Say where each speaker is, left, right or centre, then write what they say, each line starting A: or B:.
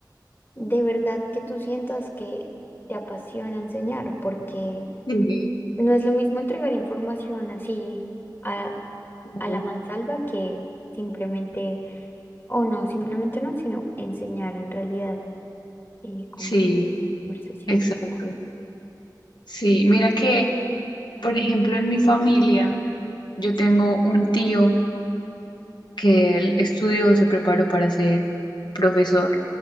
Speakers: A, on the left; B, on the left.
A: de verdad que tú sientas que te apasiona enseñar, porque
B: sí,
A: no es lo mismo entregar información así a,
B: claro.
A: a la mansalva que simplemente, o no, simplemente no, sino enseñar en realidad eh, como
B: sí,
A: con conversación,
B: exacto.
A: con
B: Sí, mira que, por ejemplo, en mi familia, yo tengo un tío que él estudió, se preparó para ser profesor.